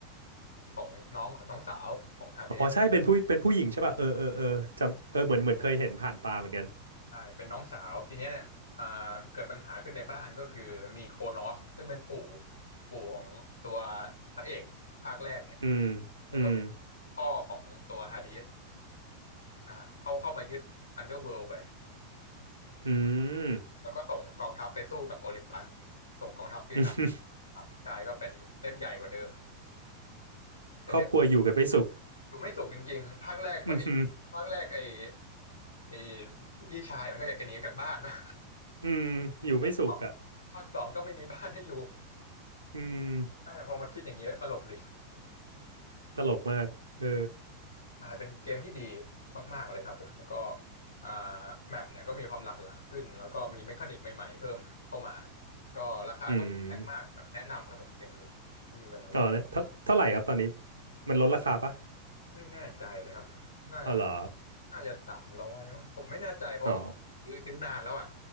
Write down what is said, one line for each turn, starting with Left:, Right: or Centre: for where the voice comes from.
Left: ของน้องน้องสาวของทาเด
Right: อ๋อใช่เป็นผู้เป็นผู้หญิงใช่ป่ะเออเออเออจำเออเหมือนเหมือนเคยเห็นผ่านตาเหมือนกัน
Left: ใช่เป็นน้องสาวทีเนี้ยเนี่ยอ่าเกิดปัญหาขึ้นในบ้านก็คือมีโครนอสซึ่งเป็นปู่ปู่ของตัวพระเอกภาคแรกเนี่ย
Right: อืม
Left: แล้วก็เป็น
Right: อืม
Left: พ่อของตัวฮาดิสอ่าเข้าเข้ามายึดอันเดอร์เวิลด์ไป
Right: อืม
Left: แล้วก็ส่งกองทัพไปสู้กับโอลิมปัสส่งกองทัพปีศาจ
Right: <laughs>
Left: ครับใช่ก็เป็นเล่นใหญ่กว่าเดิมแต่เดิม
Right: ครอบครัวอยู่กันไม่สุข
Left: อยู่ไม่สุขจริงๆภาคแรกพระเอกภาคแรกไอ้
Right: อืม
Left: ไอ้พี่ชายมันก็อยากจะหนีออกจากบ้านเนอะ
Right: อืมอยู่ไม่สุขอ่ะ
Left: <laughs> ภาคสองก็ไม่มีบ้านให้อยู่
Right: อืม
Left: เออพอมาคิดอย่างเงี้ยตลกดี
Right: ตลกมากเออ
Left: ใช่เป็นเกมที่ดีมากๆเลยครับผมแล้วก็อ่าแมปเนี่ยก็มีความหลากหลายขึ้นแล้วก็มีเมคานิกใหม่ๆเพิ่มเข้ามาก็ราคาก็ไม่แพงมากแนะนำครับผมเกมนี้ถ้ามีเวลาเล่น
Right: อืมอ๋อแล้วเท่าเท่าไหร่ครับตอนนี้มันลดราคาปะ
Left: ไม่แน่ใจเลยครับผมน่าจะ
Right: อ๋อเหรอ
Left: น่าจะสามร้อยมั้งผมไม่แน่ใจเพราะผมคือซื้อนานแล้วอ่ะ
Right: อ๋อ